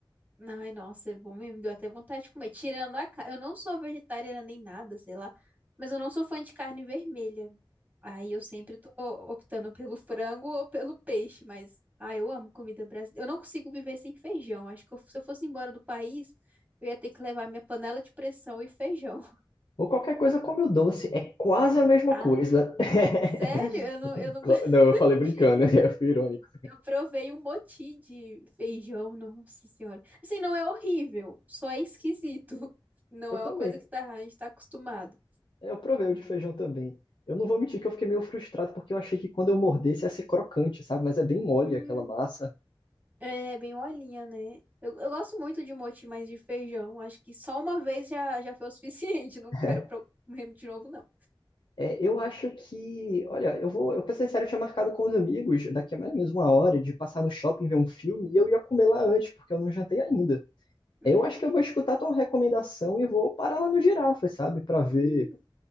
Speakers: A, on the right; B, on the left.
A: Ai, nossa, é bom mesmo. Me deu até vontade de comer. Tirando a carne. Eu não sou vegetariana nem nada, sei lá. Mas eu não sou fã de carne vermelha. Aí eu sempre tô optando pelo frango ou pelo peixe. Mas, ah, eu amo comida brasileira. Eu não consigo viver sem feijão. Acho que eu- se eu fosse embora do país, eu ia ter que levar minha panela de pressão e feijão. <laughs>
B: Ou qualquer coisa come o doce, é quase a mesma
A: Ah,
B: coisa. <laughs>
A: sério? Eu não, eu não, <laughs>
B: Não, eu
A: eu
B: falei
A: não
B: brincando,
A: achei
B: <laughs> eu fui irônico.
A: Eu provei um moti de feijão, nossa senhora. Assim, não é horrível, só é esquisito. <laughs> Não
B: Eu
A: é
B: também,
A: uma coisa que tá, a gente tá acostumado.
B: eu provei o de feijão também. Eu não vou mentir que eu fiquei meio frustrado, porque eu achei que quando eu mordesse ia ser crocante, sabe? Mas é bem mole
A: Hum,
B: aquela massa.
A: é bem olhinha, né? Eu, eu gosto muito de moti, mas de feijão. Acho que só uma vez já, já foi o suficiente. <laughs> Não
B: <laughs>
A: quero pro- comer de novo, não.
B: É, eu acho que, olha, eu vou, eu pra ser sério, eu tinha marcado com os amigos daqui a mais ou menos uma hora de passar no shopping ver um filme e eu ia comer lá antes, porque eu não jantei ainda.
A: Uhum,
B: Eu acho que eu vou escutar tua recomendação e vou parar lá no Girafas, sabe? Pra ver
A: hum,